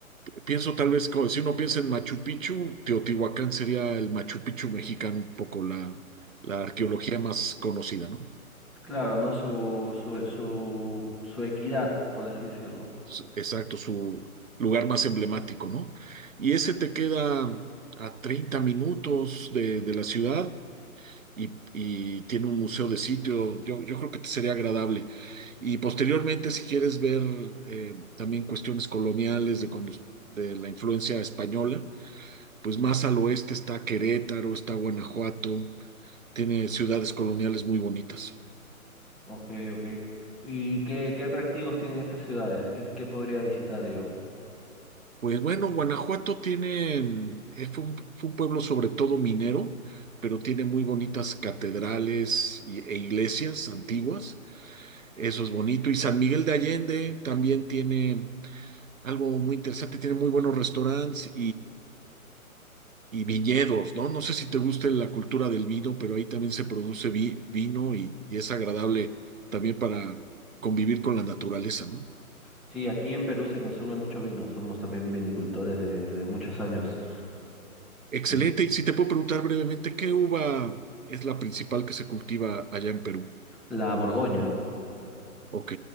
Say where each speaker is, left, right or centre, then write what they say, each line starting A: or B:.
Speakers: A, on the right; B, in the centre.
A: Pienso tal vez, co- si uno piensa en Machu Picchu, Teotihuacán sería el Machu Picchu mexicano, un poco la, la arqueología más conocida, ¿no?
B: Claro, ¿no? Su, su, su, su equidad, por así decirlo.
A: Su- Exacto, su lugar más emblemático, ¿no? Y ese te queda a 30 minutos de, de la ciudad y, y tiene un museo de sitio, yo, yo creo que te sería agradable. Y posteriormente, si quieres ver eh, también cuestiones coloniales de cuando, de la influencia española pues más al oeste está Querétaro, está Guanajuato, tiene ciudades coloniales muy bonitas.
B: Ok, ok. ¿Y qué, qué atractivos tienen esas ciudades? ¿Qué, qué podría visitar yo?
A: Pues bueno, Guanajuato tiene, mm, eh, fue un, fue un pueblo sobre todo minero, pero tiene muy bonitas catedrales y- e iglesias antiguas, eso es bonito. Y San Miguel de Allende también tiene algo muy interesante, tiene muy buenos restaurantes y viñedos, ¿no? No sé si te gusta la cultura del vino, pero ahí también se produce vi- vino y, y es agradable también para convivir con la naturaleza, ¿no?
B: Sí, aquí en Perú se consume mucho vino. Somos también vinicultores de, de muchos años.
A: Excelente.
B: En
A: Y si te puedo preguntar brevemente, ¿qué uva es la principal que se cultiva allá en Perú?
B: la Borgoña.
A: Ok,